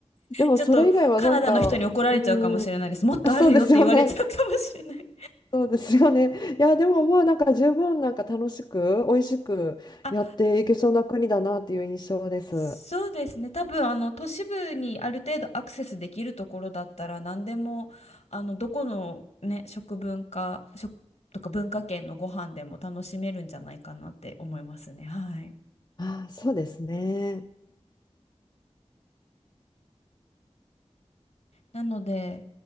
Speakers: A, on the left; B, on the left.
A: でもそれ以外はなんか、
B: ちょっとカナダの人に怒られちゃうかもしれないです。
A: じうん、
B: もっとあるよって言われちゃうかもしれない。
A: あそうですよね。そうですよね。いや、でもまあなんか十分なんか楽しく、美味しくやっていけそうな国だなっていう印象です。
B: あそうですね。多分、あの、都市部にある程度アクセスできるところだったら、何でも、あの、どこのね、食文化、食とか文化圏のご飯でも楽しめるんじゃないかなって思いますね。はい。
A: あそうですね。
B: なので、